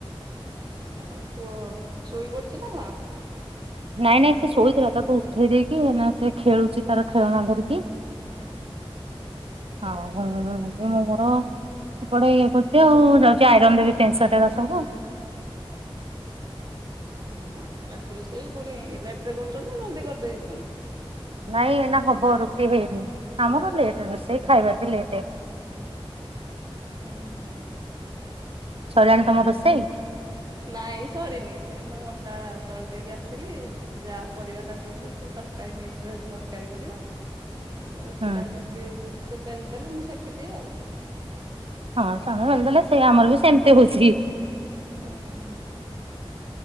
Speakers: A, on the right; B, on the right.
A: ଆଉ କୁହ ଶୋଇ ପଡିଛି ନା କଣ?
B: ନାଇଁ ନାଇଁ ସେ ଶୋଇଥିଲା। ତାକୁ ଉଠେଇ ଦେଇେଇକି, ସେ ଖେଳୁଛି ତାର ଖେଳନା ଧରିକି। ଆଉ
A: ଓହୋ
B: ହଁ <unintelligible> ମୁଁ ମୋର ଏପଟେ ଇଏ କରୁଛି ଆଉ। ଯାଉଛି ଆଇରନ୍ ଦେବି ଫେନ୍ଟ ସାର୍ଟ ଗୁରାସବୁ।
A: ଓହୋ। ରାତି ରୋଷେଇ ପୁଣି ଲେଟ ରେ କରୁଛନ୍ତି ନା ଜଲଦି କରିଦେଇଉଛନ୍ତି?
B: ନାଇଁ ଏଇନା ହବ ରୁଟି ହେଇନି। ଆମର ଲେଟ୍ ରୋଷେଇ ଖାଇବା ବି ଲେଟେ।
A: ଓହୋ।
B: ସରିଲାଣି ତମ ରୋଷେଇ?
A: ନାଇଁ ସରିନି। ସେ ମୁଁ ଅଟା ଦଳି ଦେଇକି ଆସିଲି। ଯା ପରିବା କାଟୁଛି ସେ ତର କାରି ମିକ୍ସ ଭେଜ୍ ତରକାରୀ କରିବ। ରୁଟି
B: ହୁଁ
A: ଟା ସେ ବେଲି ଦେଲେ ମୁଁ ସେକି ଦିଏ ଆଉ।
B: ହଁ ଚନ୍ଦ ଭ ଦେଲେ ସେ ଆମର ବି ସେମିତି ହଉଛି।
A: ହୁଁ।